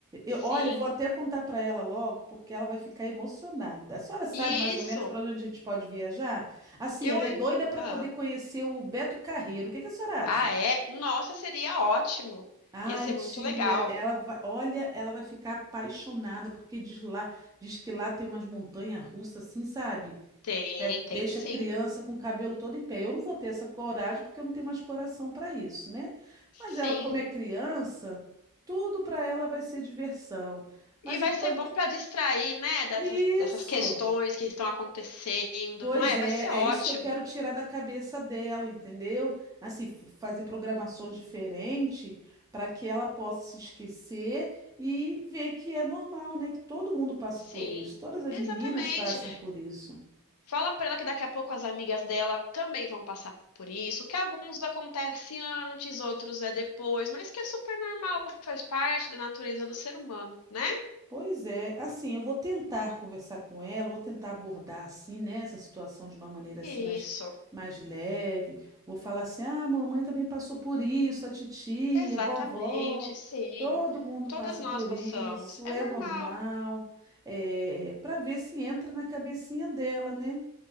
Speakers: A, on the right; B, on the left.
A: Eu,
B: Sim,
A: olha, eu vou até contar para ela logo, porque ela vai ficar emocionada. A senhora sabe
B: isso.
A: mais ou menos para onde a gente pode viajar? Assim,
B: Eu,
A: ela
B: hein?
A: é doida para
B: Ah,
A: poder conhecer o Beto Carreiro. O que que a senhora
B: ah,
A: acha?
B: é? Nossa, seria ótimo.
A: Ai,
B: Ia ser
A: tia,
B: muito legal.
A: ela vai, olha, ela vai ficar apaixonada porque diz lá, diz que lá tem umas montanhas russas assim, sabe?
B: Tem,
A: É, deixa
B: tem sim.
A: a criança com o cabelo todo em pé. Eu não vou ter essa coragem porque eu não tenho mais coração para isso, né?
B: Sim.
A: Mas ela, como é criança, tudo para ela vai ser diversão. Mas
B: E vai
A: enquanto.
B: ser bom para distrair, né, dessas,
A: Isso!
B: dessas questões que estão acontecendo,
A: Pois
B: não é?
A: é,
B: Vai ser
A: é
B: ótimo.
A: isso que eu quero tirar da cabeça dela, entendeu? Assim, f- fazer programações diferentes para que ela possa se esquecer e ver que é normal, né? Que todo mundo passa
B: Sim,
A: por isso, todas as
B: exatamente.
A: meninas passam por isso.
B: Fala para ela que daqui a pouco as amigas dela também vão passar por isso, que alguns acontecem antes, outros é depois, mas que é super normal, faz parte da natureza do ser humano, né?
A: Pois é, assim, eu vou tentar conversar com ela, vou tentar abordar assim, né, essa situação de uma maneira
B: Isso,
A: assim mais, mais leve. Vou falar assim: "Ah, a mamãe também passou por isso, a titia,
B: exatamente,
A: a vovó,
B: sim.
A: todo mundo
B: Todas
A: passa
B: nós
A: por
B: passamos.
A: isso,
B: É
A: é
B: normal.
A: normal". É, para ver se entra na cabecinha dela, né?